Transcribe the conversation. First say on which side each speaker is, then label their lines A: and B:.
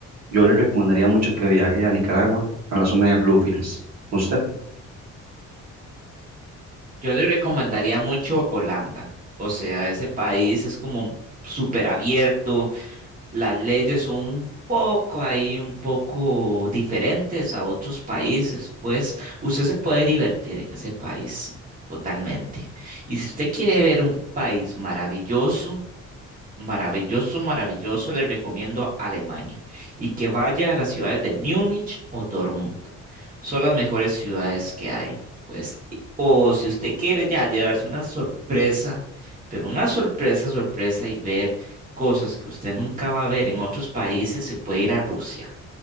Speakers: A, on the right; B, on the right.
A: Yo le recomendaría mucho que viaje a Nicaragua, a la zona de Bluefields. ¿Usted?
B: Yo le recomendaría mucho Holanda. O sea, ese país es como súper abierto, Las leyes son un poco ahí, un poco diferentes a otros países, pues usted se puede divertir en ese país totalmente. Y si usted quiere ver un país maravilloso, Maravilloso, maravilloso, le recomiendo Alemania y que vaya a las ciudades de Múnich o Dortmund. Son las mejores ciudades que hay. Pues, o si usted quiere ya llevarse una sorpresa, pero una sorpresa, sorpresa y ver cosas que usted nunca va a ver en otros países, se puede ir a Rusia.